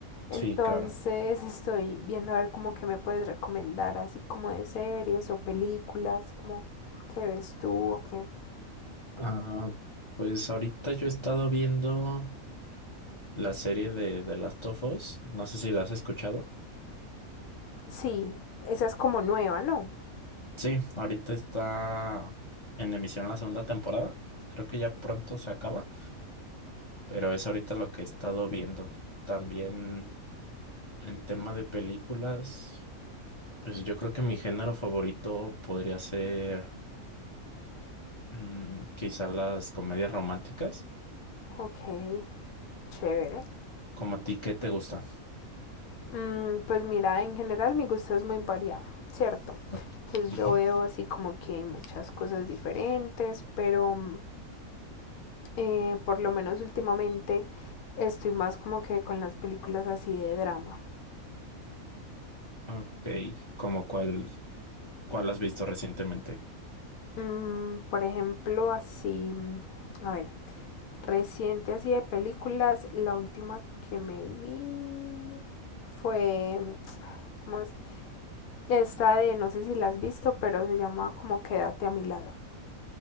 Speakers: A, on the left; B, on the left.
A: Entonces
B: Sí, claro.
A: estoy viendo a ver como que me puedes recomendar, así como de series o películas, como que ves tú o qué.
B: Ah, pues ahorita yo he estado viendo la serie de de Last of Us. No sé si la has escuchado.
A: Sí, esa es como nueva, ¿no?
B: Sí, ahorita está en emisión la segunda temporada. Creo que ya pronto se acaba, pero es ahorita lo que he estado viendo. También en tema de películas, pues yo creo que mi género favorito podría ser mm, quizá las comedias románticas.
A: Ok, chévere.
B: ¿Como a ti qué te gusta?
A: Mm, pues mira, en general mi gusto es muy variado, ¿cierto?
B: Ok,
A: Entonces
B: Ujú.
A: yo veo así como que muchas cosas diferentes, pero mm, eh, por lo menos últimamente estoy más como que con las películas así de drama.
B: Ok, como cuál, cuál has visto recientemente?
A: Mm, por ejemplo, así, mm, a ver, Reciente así de películas, la última que me vi fue, ¿cómo es? Esta de, no sé si la has visto, pero se llama como Quédate a mi lado.